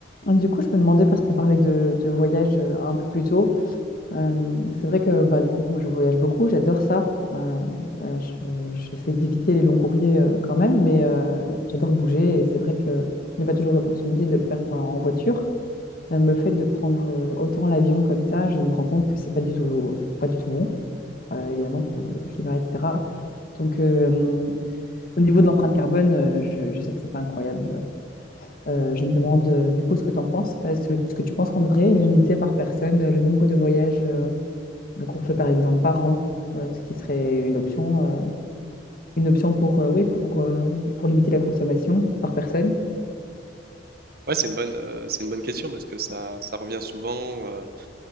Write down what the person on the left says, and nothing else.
Ah, Du coup, je me demandais, parce qu'on parlait de, de voyage euh, un peu plus tôt, euh, c'est vrai que bah, du coup, moi, je voyage beaucoup, j'adore ça. Euh, euh, je- j'essaie d'éviter les longs courriers euh, quand même, mais euh, j'adore bouger et c'est vrai que je n'ai pas toujours l'opportunité de le faire bah, en voiture. Même le fait de prendre euh, autant l'avion comme ça, je me rends compte que c'est pas du tout, pas du tout bon, euh, évidemment, pour le, le climat, etc. Donc, euh, au niveau de l'empreinte carbone, euh, je, je sais que c'est pas incroyable euh, je me demande euh, du coup ce que tu en penses. Est-ce que, est-ce que tu penses qu'on devrait limiter par personne euh, le nombre de voyages euh, qu'on fait par exemple par an, euh, ce qui serait une option, euh, une option pour, euh, oui, pour, euh, pour limiter la consommation par personne?